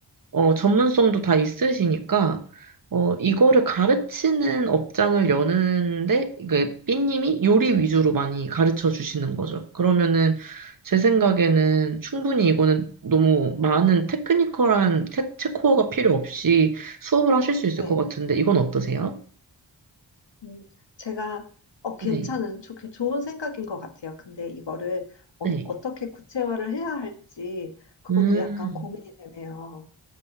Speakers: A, on the right (about 45°); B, on the left (about 70°).
A: 어, 전문성도 다 있으시니까, 어, 이거를 가르치는 업장을 여는데, 이게 삐님이 요리 위주로 많이 가르쳐 주시는 거죠. 그러면은, 제 생각에는 충분히 이거는 너무 많은 테크니컬한 테, 체코어가 필요 없이 수업을 하실 수 있을
B: 네.
A: 것 같은데, 이건 어떠세요?
B: 음, 제가 어, 괜찮은
A: 네.
B: 좋, 좋은 생각인 것 같아요. 근데 이거를 어,
A: 네.
B: 어떻게 구체화를 해야 할지 그것도
A: 음,
B: 약간 고민이 되네요.